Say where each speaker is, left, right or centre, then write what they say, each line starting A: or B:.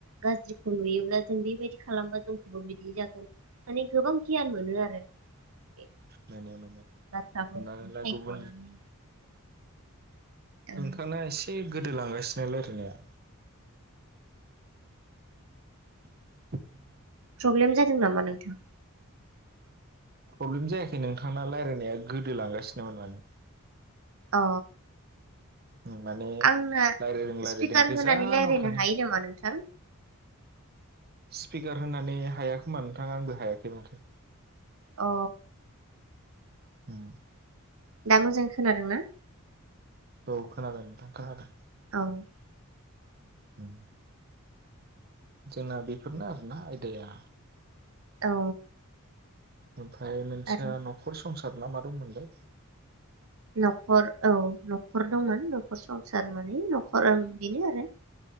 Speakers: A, on the right; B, on the right.
A: गाज्रि खौ नुयोब्ला जों बेबायदि खालामबा जोंखौबो बिदि जा माने गोबां गियान मोनो आरो बे
B: मोनो मोनो
A: बाथ्राफोरखौ
B: हमनानै ला
A: सायख'नानै
B: गुबुन
A: औ
B: नोंथांना एसे गोदोलांगासिनो रायलायनाया <inaudible>
A: प्रब्लेम जादों नामा नोंथां
B: प्रब्लेम जायाखै नोंथांना रायलायनाया गोदोलांगासिनोमोन माने
A: अ
B: ओम माने
A: आंना
B: रायलायदों रायलायदों
A: स्पिकार
B: गोजानाव
A: होनानै रायज्लायनो
B: थानो
A: हायो
B: स
A: नामा नोंथां
B: स्पिकार होननानै हाया खोमा नोंथाआ आंबो हायाखै माथो
A: औ
B: <inaudible>
A: दा मोजां खोनादोंना
B: औ खोनादों नोंथां खोनादों
A: औ
B: उम जोंना बेफोरनो आरोना आयदाया
A: औ
B: ओमफ्राय मोनसेया
A: आरो
B: नखर स संसार ना मा दंमोनलाय
A: नखर औ नखर दंमोन नखर संसार माने नखर बेनो आरो